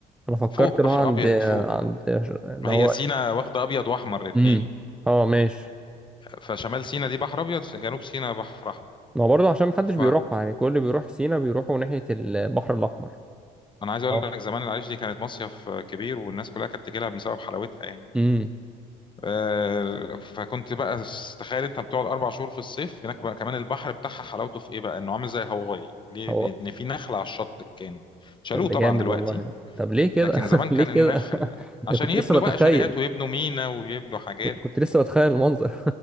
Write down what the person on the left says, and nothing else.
فوق
بحر
ابيض فوق
ما هي
سينا واخده ابيض واحمر الاثنين
فشمال سينا دي بحر ابيض جنوب سينا بحر احمر
فانا
عايز اقول
لك زمان العريش دي كانت مصيف كبير والناس كلها كانت تجي لها بسبب حلاوتها يعني
آه، فكنت بقى س- تخيل انت بتقعد اربع شهور في الصيف هناك بقى كمان البحر بتاعها حلاوته في ايه بقى انه عامل زي هاواي ليه
لان في نخل على الشط كان شالوه
طبعا
دلوقتي
لكن زمان
كان
النخل
عشان
يبنوا
بقى شاليهات ويبنوا مينا ويبنوا حاجات